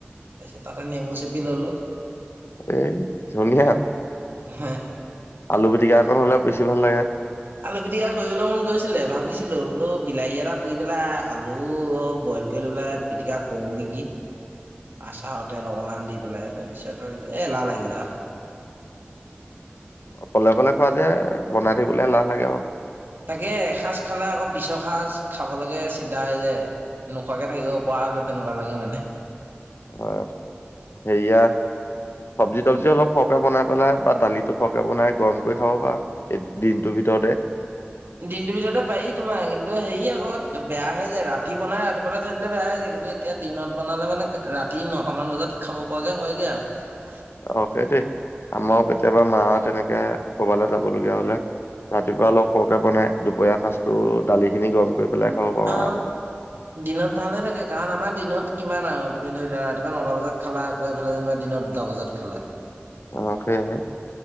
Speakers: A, on the right (about 65°); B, on the left (about 80°).
A: তাৰপিছত তাতে নেমু চেপি ল'লোঁ।
B: এ ধুনীয়া।
A: হেহ।
B: আলু পিটিকা অকণ হলে বেছি ভাল লাগে।
A: আলু পিটিকা কৰিবলৈ মন গৈছিলে। ভাবিছিলো বোলো বিলাহী এটা পুৰি পেলাই আলু- বইল কৰি পেলাই পিটিকা কৰোঁ নেকি। আচাৰৰ তেল অকণমান দি পেলাই তাৰপিছত- এ এলাহ লাগিলে।
B: অকলে অকলে খোৱা যে বনাই থিকিবলৈ এলাহ লাগে অ।
A: তাকে এসাঁজ খালে আকৌ পিছৰ সাঁজ খাবলৈকে চিন্তা হৈ যায়। নোখোৱাকে থাকিব পৰা হ'লে তেনেকুৱা লাগে মানে।
B: অহ সেয়া- চব্জি তবজি অলপ সৰহকে বনাই পেলাই বা দালিটো সৰহকে বনাই গৰম কৰি খাব বা দিনটো- ভিতৰতে।
A: দিনটোৰ ভিতৰতে পাৰি তোমাৰ কিন্তু হেৰি আকৌ বেয়া হৈ যায় ৰাতি বনাই ৰাতিপোৱালৈ থৈ দিলে বেয়া হৈ যায়গে। কিন্তু এতিয়া দিনত বনালে মানে ৰাতি নটামান বজাত খাব পৰাকৈ হয়গৈ আৰু।
B: অ', সেইটোৱে। আমাৰো কেতিয়াবা মা তেনেকে কৰবালৈ যাব লগীয়া হলে- ৰাতিপুৱা অলপ সৰহকে বনাই দুপৰীয়া সাঁজটো দালি খিনি গৰম কৰি। পেলাই খাব পাৰো
A: অ
B: আৰামত।
A: দিনত ভালে থাকে কাৰণ আমাৰ দিনত- কিমান আৰু তুমি ধৰি লোৱা ৰাতিপুৱা নটা বজাত খালা আকৌ এফালে যেনিবা দিনৰ দুটা বজাত খলা।
B: অ সেইয়াহে।